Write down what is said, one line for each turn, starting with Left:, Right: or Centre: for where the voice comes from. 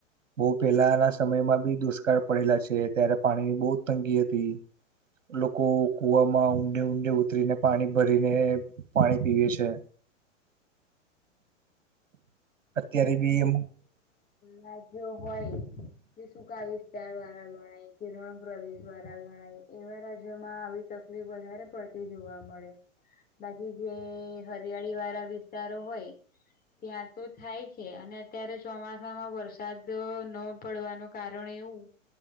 Right: બહ પેલાના સમયમાં બી દુષ્કાળ પડેલા છે ત્યારે પાણીની બહ તંગી હતી. લોકો કુ વામાં ઊંડે ઊંડે ઉતરીને પાણી ભરીને પાણી પીવે છે. અત્યારે
Left: જે
Right: બી એમ
Left: ના જે હોય કે શું કા વિસ્તાર વાળા ગણાય કિરણ પ્રદેશ વાળા ગણાય એવા રાજ્યોમાં આવી તકલીફ વધારે પડતી જોવા મળે. બાકી જે હરિયાળી વાળા વિસ્તારો હોય ત્યાં તો થાય છે અને અત્યારે ચોમાસામાં વરસાદ ન પડવાનું કારણ એવું